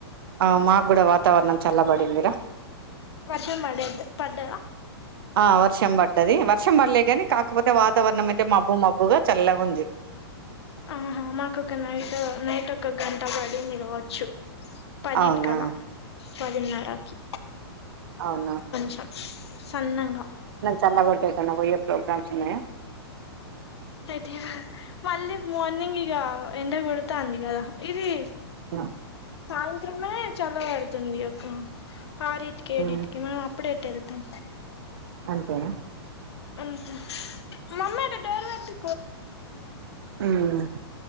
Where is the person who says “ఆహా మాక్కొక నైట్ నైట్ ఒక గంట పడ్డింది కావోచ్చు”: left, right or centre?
Left